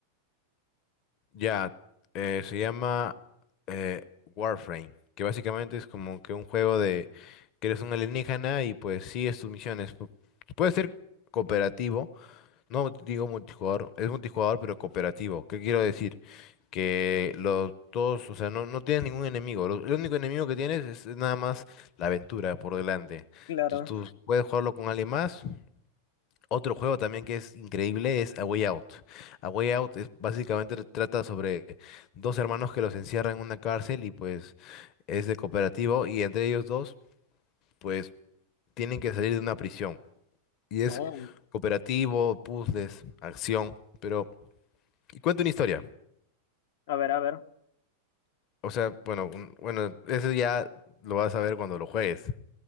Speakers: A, on the left; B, on the left.
A: ya, eh, se llama eh, Warframe, que básicamente es como que un juego de que eres un alienígena y pues sigues tus misiones. Pu- Puede ser cooperativo No digo multijugador, es multijugador pero cooperativo. ¿Qué quiero decir? Que los todos, o sea, no, no tienes ningún enemigo. Lo- el único enemigo que tienes es nada más la aventura por delante.
B: claro.
A: Tú, tú puedes jugarlo con alguien más. Otro juego también que es increíble es A Way Out. A Way Out es, básicamente tr- trata sobre dos hermanos que los encierran en una cárcel y pues es de cooperativo y entre ellos dos pues tienen que salir de una prisión. Y es
B: Oh,
A: cooperativo, puzzles, acción, pero... Y cuenta una historia.
B: a ver, a ver.
A: O sea, bueno, un- bueno, eso ya lo vas a ver cuando lo juegues.